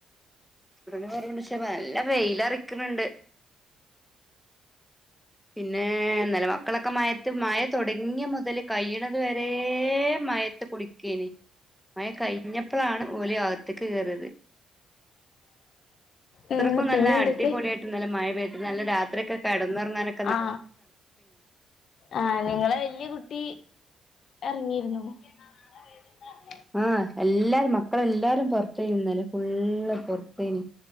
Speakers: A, in the centre; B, on the left.
A: <unintelligible> നല്ല വെയിലെറിക്ക്ണിണ്ട് പിന്നെ ഇന്നലെ മക്കളൊക്കെ മഴത്ത് മഴ തൊടങ്ങിയ മൊതല് കയ്യിണത് വെരെ മഴേത്ത് കുളിക്കേനി, മഴ കഴിഞ്ഞപ്പഴാണ് ഓല് അകത്തേക്ക് കേറിയത്.
B: ഉം
A: ഇത്രക്കും നല്ല
B: പിന്നെ എന്തൊക്കെ
A: അടിപൊളിയായിട്ട് ഇന്നലെ മഴ പെയ്തത് നല്ല രാത്രി ഒക്കെ കെടന്നൊറങ്ങാനൊ
B: ആ ആ നിങ്ങളെ വലിയ കുട്ടി എറങ്ങിയിരുന്നു ഉം <unintelligible>
A: ആഹ് എല്ലാരും മക്കളെല്ലാരും പൊറത്തെനി ഇന്നലെ ഫുള്ള് പൊറത്തെനി